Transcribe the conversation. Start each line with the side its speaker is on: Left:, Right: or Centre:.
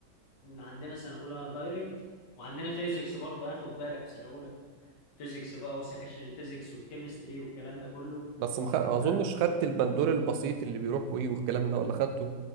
Left: عندنا سنه اولى دايركت وعندنا فيزيكس برضه هاخد بالك في سنه اولى فيزيكس بقى وسكاشن الفيزيكس والكيمستري والكلام ده كله
Right: بس مخ... اظنش
Left: بس
Right: خدت البندول البسيط اللي بيروح وي والكلام ده ولا خدته